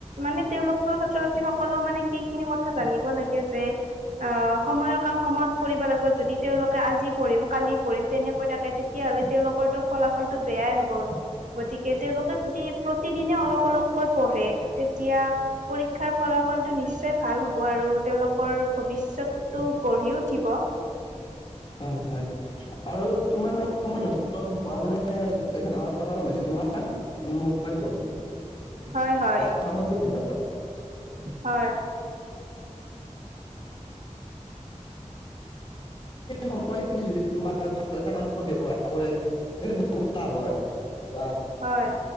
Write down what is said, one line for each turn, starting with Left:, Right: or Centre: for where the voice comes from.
Right: মানে তেওঁলোকৰ ছাত্ৰ ছাত্ৰীসকলেও মানে কি খিনি কথা জানিব লাগে যে অ সময়ৰ সময়ত কৰিব লাগিব যদি তেওঁলোকে আজি পঢ়িম কালি পঢ়িম তেনেকৈ থাকে তেতিয়াহ'লে তেওঁলোকতো ফল ফলাফল টো বেয়াই হ'ব। গতিকে তেওঁলোকে যদি প্ৰতিদিনে অলপ অলপকৈ পঢ়ে তেতিয়া পৰীক্ষাৰ ফলাফলটো নিশ্চয় ভাল হ'ব আৰু তেওঁলোকৰ ভৱিষ্যতটো গঢ়ি উঠিব।
Left: হয় হয় আৰু তোমাৰ মানে সময় নষ্ট হোৱা মানে এটা ডাঙৰ কাৰণ হৈছে তোমাৰ মোবাইল ফোন।
Right: হয় হয়।
Left: বা সামাজিক <unintelligible> <unintelligible>
Right: হয়
Left: সময়খিনি যদি তোমাৰ ভাল এটা কামত ব্যৱহাৰ কৰে তেন্তে বহুত লাভ হয় বা
Right: হয়